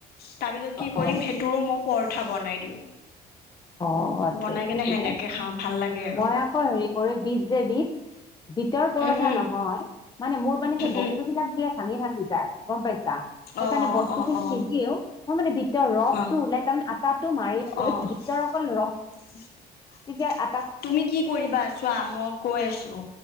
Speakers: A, on the left (about 65°); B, on the left (about 25°).
A: তাৰপিছত কি কৰিম
B: অ।
A: সেইটোৰো মই পৰঠা বনাই দিওঁ।
B: অ আচ্ছা
A: বনাই
B: আচছা
A: কেনে
B: ঠিকে।
A: সেনেকে খাওঁ ভাল লাগে আৰু
B: মই আকৌ হেৰি কৰে বিত যে বিত। বিত ৰ পৰঠা
A: উম উম
B: নহয়। মানে মোৰ মানে সেই বস্তু
A: উম
B: বিলাক যে ভাঙি ভাঙি যায়। পাইছা। সেইকাৰণে
A: অ
B: বস্তু
A: অ
B: খিনি
A: অ
B: নিদিয়েও মই মানে বিতৰ ৰস
A: অ
B: টো ওলাই তাৰমানে আটাটো মাৰি
A: অ
B: ৰ অকল ল
A: <unintelligible>
B: তেতিয়া আ
A: তুমি কি কৰিবা ছোৱা মই কৈ আছো।